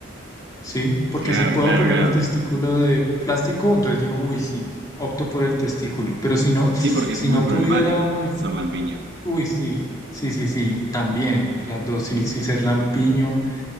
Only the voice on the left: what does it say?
¿sí? Porque
si puedo
ponerme
el testículo de plástico, entonces digo, uy, sí, opto por el testículo. Pero si no,
si
no
pudiera modificar
Uy, sí, sí, sí, sí, también, las dos, sí, sí, ser lampiño.